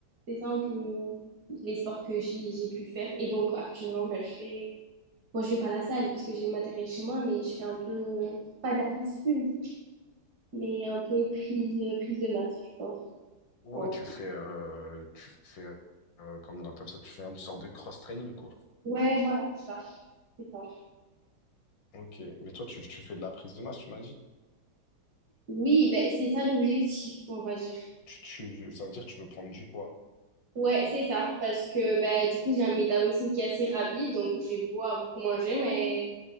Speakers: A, on the right (about 55°); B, on the left (about 70°).
A: c'est ça un peu les sports que j'ai j'ai pu faire. Et donc, actuellement, ben, je fais. Bon, je vais pas à la salle parce que j'ai le matériel chez moi, mais je fais un peu, euh, pas de la muscu, mais un peu prise, euh, prise de masse, je pense.
B: Ouais,
A: Bon.
B: tu fais, euh, tu fais, euh, comment on appelle ça? Tu fais une sorte de cross-training, quoi.
A: Ouais, voilà, c'est ça, c'est ça.
B: Ok. Mais toi, tu, tu fais de la prise de masse, tu m'as dit?
A: Oui, ben, c'est ça l'objectif, on va dire.
B: Tu, tu, ça veut dire que tu veux prendre du poids.
A: Ouais, c'est ça, parce que ben, du coup, j'ai un métabolisme qui est assez rapide, donc j'ai beau à beaucoup manger, mais